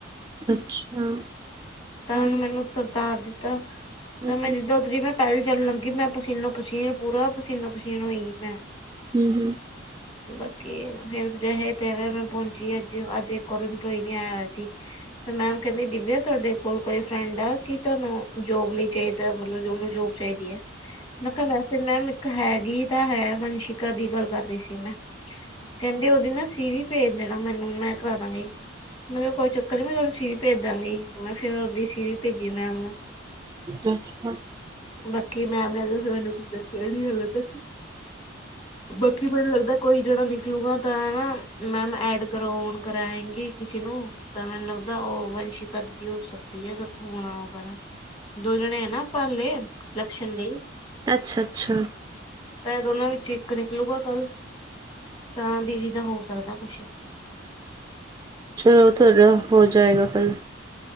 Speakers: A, on the right; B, on the left.
A: ਅੱਛਾ
B: ਤਾਂ
A: ਹੂੰ
B: ਉਹਨੂੰ
A: ਹੂੰ
B: ਮੈਨੂੰ ਉਤਾਰ ਦਿੱਤਾ
A: ਹੂੰ
B: ਤਾਂ ਮੈਂ ਜਿੱਦਾਂ ਉਤਰੀ ਮੈਂ ਪਹਿਲ ਚੱਲਣ ਲੱਗੀ ਮੈਂ ਪਸੀਨੋ ਪਸੀਨ ਪੂਰਾ ਪਸੀਨੋ ਪਸੀਨ ਹੋਈ ਮੈਂ।
A: ਹਮ ਹਮ
B: ਬਾਕੀ ਫੇਰ ਜੀਵੇ ਤੇਵੇਂ ਮੈਂ ਪਹੁੰਚੀ ਅੱਜ ਅੱਜ ਇੱਕ ਹੋਰ ਕੋਈ ਨਹੀ ਆਇਆ ਸੀ। ਫਿਰ ਮੈਮ ਕਹਿੰਦੀ ਦਿਵਿਆ ਤੁਹਾਡੇ ਕੋਲ ਕੋਈ ਫਰੈਂਡ ਆ ਕਿ ਤੁਹਾਨੂੰ ਜੋਬ ਲਈ ਚਾਹੀਦਾ ਮਤਲਬ ਉਹਨੂੰ ਜੋਬ ਚਾਹੀਦੀ ਹੈ ਮੈਂ ਕਿਹਾ ਵੈਸੇ ਮੈਮ ਇੱਕ ਹੈ। ਇਹ ਤਾਂ ਹੈ ਮੰਸ਼ਿਕਾ ਦੀ ਗੱਲ ਕਰ ਰਹੀ ਸੀ ਮੈਂ ਕਹਿੰਦੀ ਵੀ ਨਾ ਸੀ ਵੀ ਭੇਜ ਦੇਣਾ ਮੈਨੂੰ ਮੈਂ ਕਰਾ ਦਾਂਗੀ। ਮਤਲਬ ਕੋਈ ਚੱਕਰ ਨੀ ਮੈਂ ਤੁਹਾਨੂੰ ਛੇ ਭੇਜਦਾਂਗੀ ਮੈਂ ਫੇਰ ਉਹਦੀ ਸੀ ਵੀ ਛੇ ਭੇਜੀ ਮੈਨ
A: ਹੂੰ ਅੱਛਾ।
B: ਬਾਕੀ ਮੈਮ ਨੇ ਤੁਸੀ ਮੈਨੂੰ ਕੁੱਛ ਦੱਸਿਆ ਨੀ ਹਾਲੇ ਤੱਕ ਬਾਕੀ ਮੈਨੂੰ ਲੱਗਦਾ ਕੋਈ ਜਣਾ ਨਿਕਲੂਗਾ ਤਾਂ ਨਾ ਮੈਮ ਐਡ ਕਰਾਉਣ ਕਰਏਗੇ ਕਿਸੇ ਨੂੰ ਤਾਂ ਮੈਨੂੰ ਲੱਗਦਾ ਉਹ ਵੰਸ਼ਿਕਾ ਵੀ ਹੋ ਸਕਦੀ ਹੈ ਨਾ ਫੋਨ ਆਊਗਾ ਨਾ। ਦੋ ਜਣੇ ਹੈ ਨਾ ਆਪਾ ਹਲੇ ਲਕਸ਼ਣ ਲਈ
A: ਅੱਛਾ, ਅੱਛਾ।
B: ਤਾਂ ਇਹ ਦੋਨਾਂ ਵਿੱਚੋਂ ਇੱਕ ਨਿਕਲੂਗਾ ਕੱਲ ਤਾਂ ਦੀਦੀ ਦਾ ਹੋਰ ਕਰਦਾ ਕੁਛ।
A: ਚਲੋ ਤੁਹਾਡਾ ਹੋ ਜਾਏਗਾ ਕੱਲ।